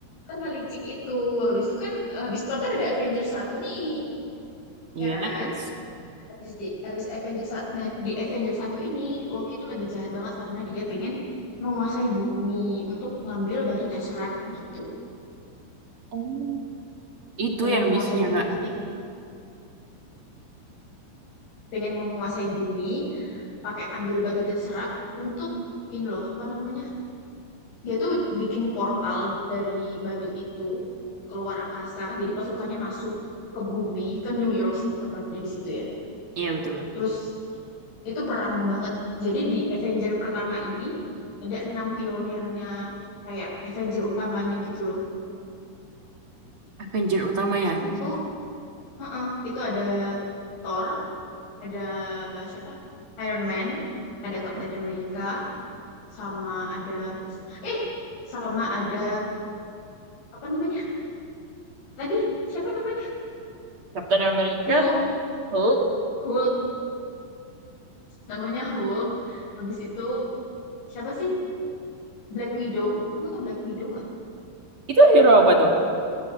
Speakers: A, on the left; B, on the right.
A: karena licik itu habis itu kan habis Thor kan ada Avengers satu nih
B: Iya,
A: ya kan?
B: terus
A: Habis di habis Avengers sa- nah di Avengers satu ini Loki tuh lagi jahat banget karena dia pengen menguasai bumi untuk ngambil batu Tesseract gitu.
B: Oh. itu
A: Pengen
B: ya
A: menguasai
B: misinya
A: bumi.
B: Kak.
A: Jadi pengen menguasai bumi pakai ambil batu Tesseract untuk ini loh, apa namanya? Dia tuh bikin portal dari batu itu keluar angkasa. Jadi pasukannya masuk ke bumi, ke New York sih tempatnya di situ ya.
B: Iya betul.
A: Terus Itu perang banget. Jadi di Avenger pertama ini ada enam pionirnya kayak Avenger utamanya gitu loh.
B: Avenger utamanya.
A: Itu heeh, itu ada Thor, ada siapa? Iron Man, ada Captain
B: Ya.
A: America, sama ada eh sama ada apa namanya? Tadi siapa namanya?
B: Captain America,
A: Hulk,
B: Hulk,
A: Hulk. Namanya Hulk. Habis itu siapa sih? Black Widow. Kamu tau Black Widow nggak?
B: itu hero apa tuh?